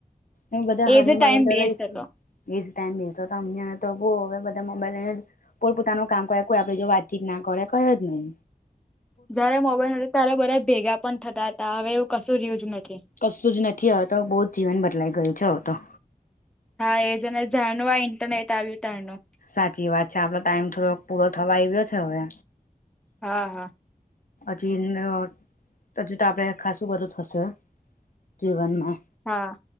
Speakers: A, on the left (about 65°); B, in the centre.
A: એમ બધા
B: એ
A: હળી
B: જે ટાઈમ
A: મળીને તો
B: બેસ્ટ
A: રહી શકે
B: હતો
A: એજ ટાઈમ મિલતો હમણે હવે તો બો હવે બધા મોબાઈલ લઈને જ પોપ પોતાનું કામ કરે કોઈ આપડી જોડ વાતચીત ના કરે કઈ જ નઈ
B: જયારે મોબાઈલ નથી ત્યારે બધા ભેગા પણ થતા હતા હવે એવું કશું જ રહ્યું જ નથી.
A: કશું જ નથી હવે તો બહું જ જીવન બદલાઈ ગયું છે હવે તો.
B: હા એજને જાર નું આ ઇન્ટરનેટ આવ્યું તાર નું
A: સાચી વાત છે આપડો ટાઈમ થોડો પૂરો થવા આવ્યો છે હવે.
B: હા હા.
A: હજી અહ હજી તો આપડે ખાસું બધું થશે જીવનમાં.
B: હા.